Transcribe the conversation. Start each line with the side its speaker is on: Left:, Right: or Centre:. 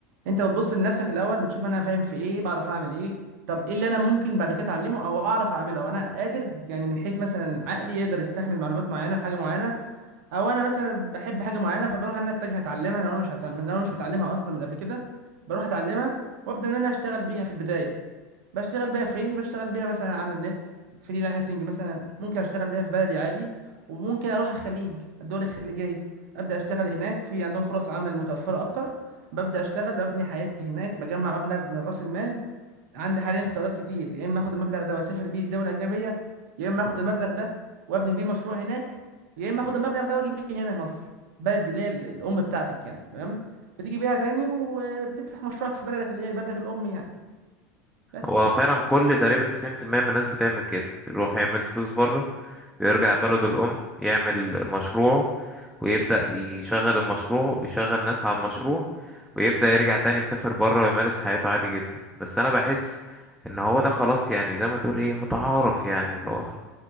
Right: انت بتبص لنفسك الاول بتشوف انا فاهم في ايه بعرف اعمل ايه طب ايه اللي انا ممكن بعد كده اتعلمه او اعرف اعمله او انا قادر يعني من حيث مثلا عقلي يقدر يستحمل معلومات معينه في حاجه معينه او انا مثلا بحب حاجه معينه فبروح ان انا اتجه اتعلمها لو انا مش هتعلم... لو انا مش متعلمها اصلا من قبل كده بروح اتعلمها وابدا ان انا اشتغل بيها في البدايه بشتغل بيها فين بشتغل بيها مثلا على النت فريلانسنج مثلا ممكن اشتغل بيها في بلدي عادي وممكن اروح الخليج الدول الخليجيه ابدا اشتغل هناك في عندهم فرص عمل متوفره اكتر ببدا اشتغل ببني حياتي هناك بجمع مبلغ من راس المال عندي حاليا اختيارات كتير يا اما اخد المبلغ ده واسافر بيه دوله اجنبيه يا اما اخد المبلغ ده وابني بيه مشروع هناك يا اما اخد المبلغ ده واجي بيه هنا مصر بلد اللي هي ال- الام بتاعتك يعني تمام بتيجي بيها تاني وبتفتح مشروعك في بلدك اللي هي بلدك الام يعني بس
Centre: هو فعلا كل تقريبا 90% من الناس بتعمل كده يروح يعمل فلوس بره ويرجع بلده الأم يعمل مشروعه ويبدأ يشغل المشروع ويشغل ناس على المشروع ويبدأ يرجع تاني يسافر بره ويمارس حياته عادي جدا بس أنا بحس إن هو ده خلاص يعني زي ما تقول إيه متعارف يعني اللي هو خلاص.